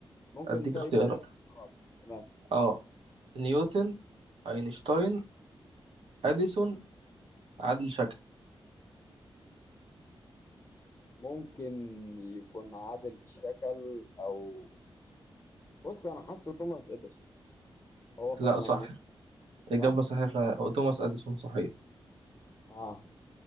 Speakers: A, on the left; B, on the right.
A: ممكن
B: أديك
A: طيب
B: اختيارات
A: تديني اختيارات؟ تمام
B: اه نيوتن أينشتاين أديسون عادل شكل
A: ممكن يكون عادل الشكل او بص انا حاسه توماس اديسون هو فعلا
B: لا صح
A: ممكن
B: إجابة
A: صح؟
B: صحيحة توماس أديسون صحيح
A: اه